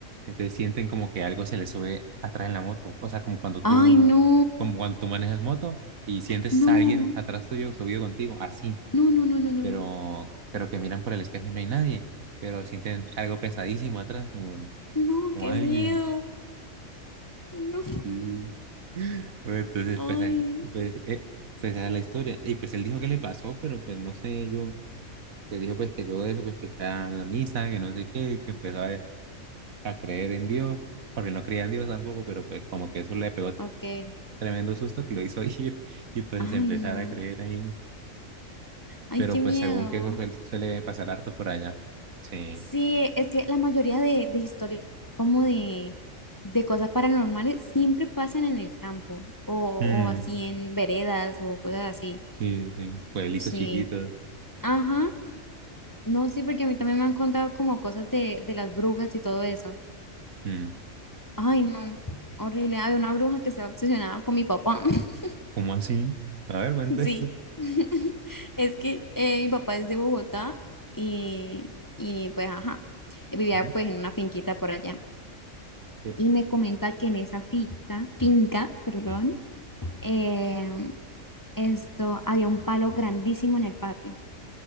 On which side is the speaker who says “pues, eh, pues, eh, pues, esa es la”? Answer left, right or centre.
Right